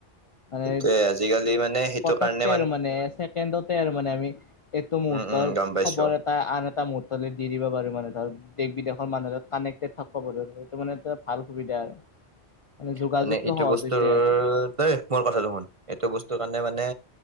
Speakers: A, on the left; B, on the right.
A: মানে
B: সেইটোয়ে আজিকালি মানে সেইটো
A: পতককে
B: কাৰণে
A: আৰু মানে ছেকেণ্ডতে আৰু মানে আমি এইটো মুহৰ্তৰ
B: উম উম গম পাইছো
A: খবৰ এটা আন এটা এটা মুহূৰ্তলৈ দি দিব পাৰো মানে ধৰ দেশ- বিদেশৰ মানুহৰ লগত কানেক্টেড থাকব পাৰোঁ আৰু এইটো মানে এটা ভাল সুবিধা আৰু।
B: <inaudible>
A: যোগাযোগটো
B: মানে এইটো
A: সহজ
B: বস্তুৰ,
A: হৈছে আৰু
B: দেই মোৰ কথাটো শুন এইটো বস্তুৰ কাৰণে মানে